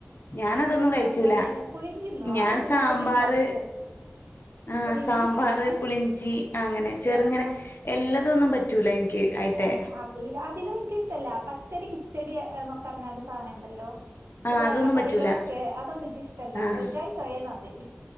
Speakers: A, on the left; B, on the right.
A: ഞാനതൊന്നും
B: പിന്നെ
A: കഴിക്കൂല
B: എന്താണ് പുളിഞ്ചി തിന്നുവോ
A: ഞാൻ
B: അത് തിന്നാത്തോല്
A: സാമ്പാറ്
B: ഉണ്ടാവൂലേ ചെലപ്പോ
A: ആഹ്
B: പുളിഞ്ചി
A: സാമ്പാറ്
B: ഇഷ്ടാണോ
A: പുളിഞ്ചി അങ്ങനെ ചെറങ്ങനെ
B: രസം
A: എല്ലതൊന്നും പറ്റൂല എനിക്ക് അയിത്തെ
B: ഏഹ് അവയല് അതിലും എനിക്കിഷ്ടല്ല പച്ചടി കിച്ചടി എന്നൊക്കെ പറിഞ്ഞാണ്ട് സാധനുണ്ടല്ലോ
A: ആഹ്
B: ഒരു വെള്ളക്കറികളൊക്കെ
A: അതൊന്നും പറ്റൂല
B: അതൊന്നിക്കിഷ്ടല്ല
A: ആഹ്
B: ഒരു ജാതി ചൊയാണത്